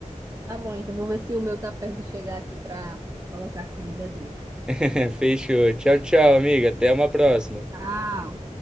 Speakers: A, on the right; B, in the centre.
A: tá bom, então vou ver se o meu tá perto de chegar aqui pra colocar a comida dele.
B: <laughs> Fechou. Tchau, tchau, amiga. Até uma próxima.
A: Tchau.